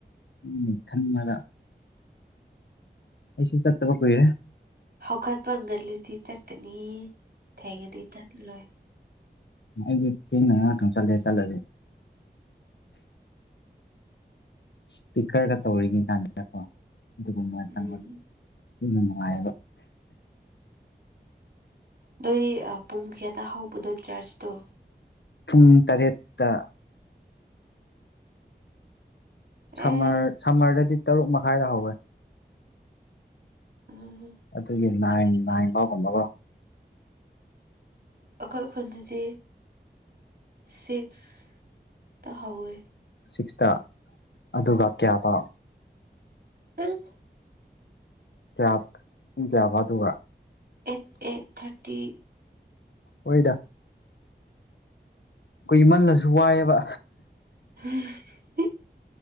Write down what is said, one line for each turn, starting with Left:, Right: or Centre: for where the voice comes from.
Left: ꯎꯝ ꯈꯟꯕꯗ ꯑꯩꯁꯨ ꯆꯠ ꯇꯕ ꯀꯣꯏꯔꯦ
Right: ꯍꯧꯒꯠꯄ ꯉꯂꯗꯤ ꯆꯠꯀꯅꯤ ꯊꯦꯡꯅꯗꯤ ꯆꯠꯂ ꯂꯣꯏ
Left: ꯑꯩꯒꯤ ꯊꯦꯡꯅ ꯉꯥꯛ ꯊꯝ ꯆꯠꯂꯦ ꯆꯠꯂꯁꯦ ꯏꯁꯄꯤꯀꯔꯒ ꯇꯧꯔꯤꯉꯩ ꯀꯥꯟꯁꯤꯗꯀꯣ ꯑꯗꯨꯒꯨꯝꯕ
Right: ꯎꯝ
Left: ꯆꯪꯕꯗ ꯑꯗꯨꯅ ꯅꯨꯡꯉꯥꯏꯌꯦꯕ
Right: ꯑꯗꯨꯣꯏꯗꯤ ꯄꯨꯡ ꯀꯌꯥꯗ ꯍꯧꯕꯅꯣ ꯆꯥꯔꯖꯇꯣ
Left: ꯄꯨꯡ ꯇꯔꯦꯠꯇ ꯁꯝꯃꯔ
Right: ꯑꯦ
Left: ꯁꯝꯃꯔꯗꯗꯤ ꯇꯔꯨꯛ ꯃꯈꯥꯏꯗ ꯍꯧꯋꯦ
Right: ꯎꯝ
Left: ꯑꯗꯨꯒꯤ ꯅꯥꯏꯟ ꯅꯥꯏꯟ ꯐꯥꯎꯒꯨꯝꯕꯒ
Right: ꯑꯈꯛ ꯑꯈꯟꯗꯗꯤ ꯁꯤꯛꯁꯇ ꯍꯥꯎꯋꯦ
Left: ꯁꯤꯛꯁꯇ ꯑꯗꯨꯒ ꯀꯌꯥꯕ
Right: ꯎꯝ
Left: <unintelligible> ꯄꯨꯡ ꯀꯌꯥ
Right: ꯑꯦꯠ ꯑꯦꯠ ꯊꯥꯔꯇꯤ
Left: ꯍꯣꯏꯗ ꯀꯨꯏꯃꯜꯂꯁꯨ ꯋꯥꯏꯑꯦꯕ
Right: <unintelligible>